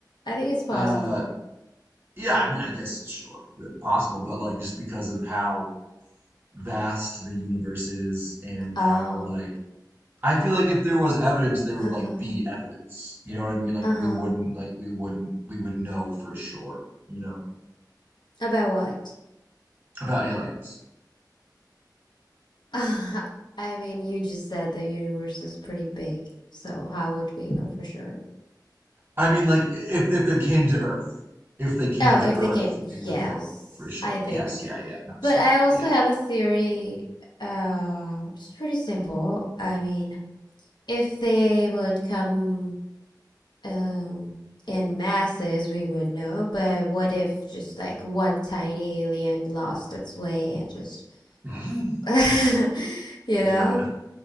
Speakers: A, on the left; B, on the right.
A: I think it's possible.
B: Uh, yeah, I mean, I guess sure, possible, but like just because of how vast the universe is and
A: Oh,
B: how like I feel like if there was evidence, there
A: oh,
B: would like be evidence. You know what I mean? Like
A: uh-huh.
B: we wouldn't like we wouldn't we would know for sure. You know
A: About what?
B: about aliens.
A: <laughs> I mean, you just said the universe is pretty big, so how would we know for sure?
B: I mean, like if if they came to Earth, if they came
A: Oh, if
B: to Earth,
A: they came,
B: we would
A: yes,
B: know for sure.
A: I think.
B: Yes, yeah, yeah. No, sorry,
A: But I also
B: yeah.
A: have a theory. Uh, it's pretty simple. I mean, if they would come um in masses, we would know. But what if just like one tiny alien lost its way and just,
B: <laughs>
A: <laughs> you
B: Yeah.
A: know?